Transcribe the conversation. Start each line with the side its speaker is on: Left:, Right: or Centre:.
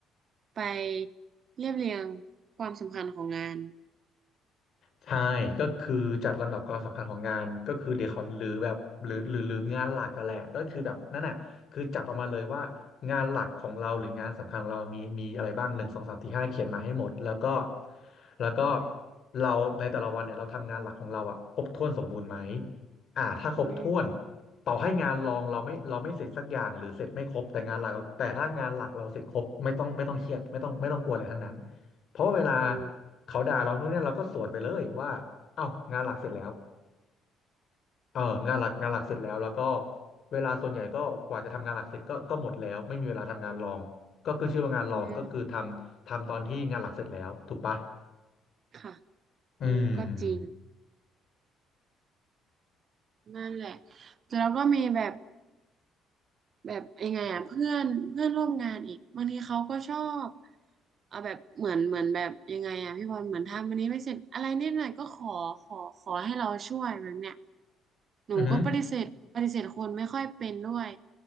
Right: ไปเรียบเรียงความสำคัญของงาน
Left: ใช่ก็คือจัดลำดับความสำคัญของงานก็คือเรียกเขาหรือแบบหรือหรือหรืองานหลักกันแหละก็คือแบบนั่นน่ะคือจัดออกมาเลยว่างานหลักของเราหรืองานสำคัญของเรามีมีอะไรบ้างหนึ่งสองสามสี่ห้าเขียนมาให้หมดแล้วก็แล้วก็เราในแต่ละวันเนี่ยเราทำงานหลักของเราอ่ะครบถ้วนสมบูรณ์ไหมอ่าถ้าครบถ้วน
Right: อืม
Left: ต่อให้งานรองเราไม่เราไม่เสร็จสักอย่างหรือเสร็จไม่ครบแต่งานหลักแต่ถ้างานหลักเราเสร็จครบไม่ต้องไม่ต้องเครียดไม่ต้องไม่ต้องกลัวอะไรทั้งนั้น เพราะเวลา
Right: อืม
Left: เขาด่าเรานู่นเนี่ยเราก็สวนไปเลยว่าเอ้างานหลักเสร็จแล้วเอองานหลักงานหลักเสร็จแล้วแล้วก็เวลาส่วนใหญ่ก็กว่าจะทำงานหลักเสร็จก็ก็หมดแล้วไม่มีเวลาทำงานรองก็คือชื่อว่างานรองก็คือทำทำตอนที่งานหลักเสร็จแล้วถูกปะ
Right: อืมค่ะ
Left: อืม
Right: เออก็จริงนั่นแหละแล้วก็มีแบบ แบบยังไงอ่ะเพื่อนเพื่อนร่วมงานอีกบางทีเขาก็ชอบเอาแบบเหมือนเหมือนแบบยังไงอ่ะพี่บอลเหมือนทำอันนี้ไม่เสร็จอะไรนิดหน่อยก็ขอขอขอให้เราช่วยแบบเนี้ยหนูก็ปฏิเสธปฏิเสธคนไม่ค่อยเป็นด้วย
Left: อือหือ